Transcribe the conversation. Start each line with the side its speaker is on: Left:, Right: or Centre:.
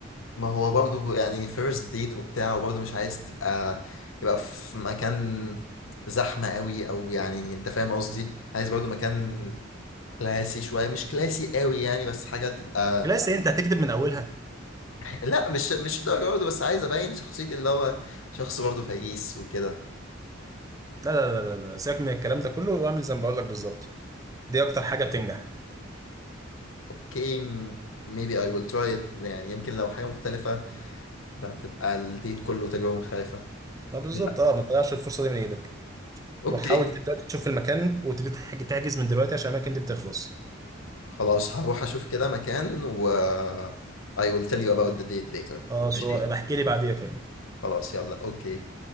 Left: ما هو برضه يعني فيرست ديت وبتاع وبرضه مش عايز تبقى يبقى في مكان زحمة قوي او يعني انت فاهم قصدي عايز برضه مكان كلاسي شوية مش كلاسي قوي يعني بس حاجة تبقى
Right: لا أصل إيه، انت هتكذب من اولها
Left: لا مش مش الدرجة برضه بس عايز أبين شخصيتي اللي هو شخص برضه فقيس وكده
Right: لا لا لا لا لا، سيبك من الكلام ده كله واعمل زي ما بقول لك بالظبط دي اكتر حاجه بتنجح
Left: اوكي م- maybe I will try it يعني يمكن لو حاجة مختلفة فهتبقى الديت كله تجربة مختلفة
Right: لا بالظبط
Left: لا
Right: اه ما تضيعش الفرصه دي من ايدك
Left: اوكي
Right: روح حاول دلوقتي تشوف المكان وتبتدي تحج- تحجز من دلوقتي عشان الاماكن دي بتخلص
Left: خلاص هروح أشوف كده مكان و I will tell you about the date later
Right: اه سو
Left: ماشي
Right: بحكي لي بعديها كده
Left: خلاص يلا اوكي